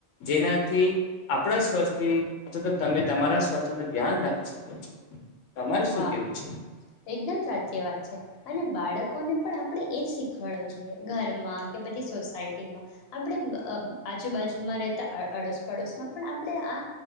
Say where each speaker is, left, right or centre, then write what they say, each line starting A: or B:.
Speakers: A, on the left; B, on the left.
A: જેનાથી આપણા સ્વાસ્થ્ય અથવા તો તમે તમારા સ્વાસ્થ્ય ન ધ્યાન રાખી શકો છો. તમારે શું
B: હા
A: કેવું છે.
B: એકદમ સાચી વાત છે, અને બાળકોને પણ આપણે એ જ શીખવાડવું જોઈએ, ઘરમાં કે પછી સોસાયટીમાં આપણે આ આજુબાજુમાં રહેતા આ અડોસ પડોશમાં પણ આપણે આ